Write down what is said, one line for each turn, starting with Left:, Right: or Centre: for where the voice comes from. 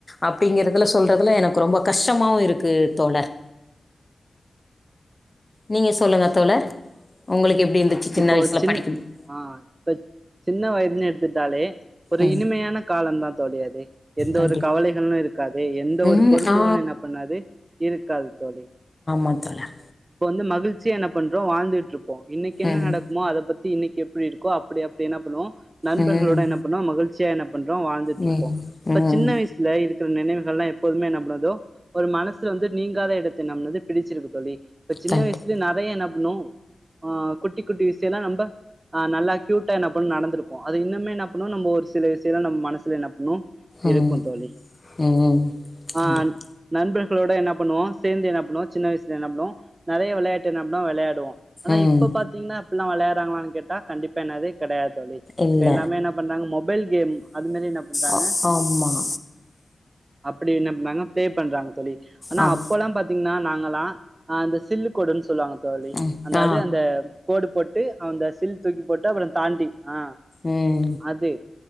Left: அப்படிங்கறதுல சொல்றதுல எனக்கு ரொம்ப கஷ்டமாவும் இருக்கு தோழர் நீங்க சொல்லுங்க தோழர் உங்களுக்கு எப்படி இருந்துச்சு சின்ன
Right: இப்போ
Left: வயசுல
Right: சின்
Left: படிக்கும்போது?
Right: ஆஹ் இப்ப சின்ன வயதுன்னு எடுத்துட்டாலே ஒரு
Left: ம்.
Right: இனிமையான காலம்தான் தோழிஅது எந்த
Left: கண்டிப்பா.
Right: ஒரு கவலைகளும் இருக்காது எந்த
Left: ம்.
Right: ஒரு பொறுப்புகளும்
Left: ஆ.
Right: என்ன பண்ணாது இருக்காது தோழி
Left: அ தோழர்
Right: இப்ப வந்து மகிழ்சிய என்ன பண்றோம் வாழ்ந்துட்டு இரு இன்னைக்கு என்ன
Left: ம்.
Right: நடக்குமோ அதை பத்தி இன்னைக்கு எப்படி இருக்கோ அப்படி அப்படி என்ன பண்ணுவோம் நண்பர்களோட
Left: ம்.
Right: என்ன பண்ணோம் மகிழ்ச்சி சேர்ன பண்றோம் வாழ்ந்துட்டு
Left: ம்.
Right: இருப்போம் இப்ப
Left: ம்.
Right: சின்ன வயசுல இருக் க்குற நினைவுகள் எல்லாம் எப்போதுமே நம்பனதோ ஒரு மனசு வந்து நீங்காத இடத்தை நம்னது பிடிச்சிருக்கு தோழி ப்ப சின்ன
Left: கண்டிப்பா.
Right: வயசுலே நெறைய என்ன ம்ஹ் குட்டி குட்டி விஷயம்லாம் நம்மஹ் நல்லா க்யூட்டா என்ன பண்ண நடந்திருக்கும் அது இன்னுமே என்ன பண்ணும் நம்ம ஒரு சில விஷயல்லாம் நம்ம மனசுல என்ன பண்ணும் இருக்கும்
Left: ம்.
Right: தோழி
Left: ம். கண்டிப்பா.
Right: ஆஹ் நம்ப க்ளோட என்னா பண்ணுவோ சேர்ந்து என்னா பண்ணுவோ சின்ன வயசுல என்னா பண்ணுவோ நெறய விளையாட்டு நம்ளா வெளயாடுவோ ஆனா
Left: ம்.
Right: இப்ப பாத்தீங்கனா எல்லா வெளயாறாங்களான்னு கேட்டா கண்டிப்ப என்னாது கெடயாது தோழி
Left: இல்ல.
Right: இப்ப எல்லாமே என்ன பண்றாங்க மொபைல் கேம் அது மாரி என்ன பண்றாங்க
Left: ஆ ஆமா.
Right: அப்டி என்ன பண்ணாங்க பே பண்றாங்க தோழி ஆனா
Left: ஆமா
Right: அப்பல்லா பாத்தீங்கனா நாங்களா அந்த சில்லு கோடுன்னு சொல்வாங்க தோழி
Left: ம்
Right: அந்த
Left: ஆ
Right: அது அந்த கோடு போட் டு அந்த சில் தூக்கி போட்டு அப்றோ தாண்டி ஆ
Left: உம்
Right: அது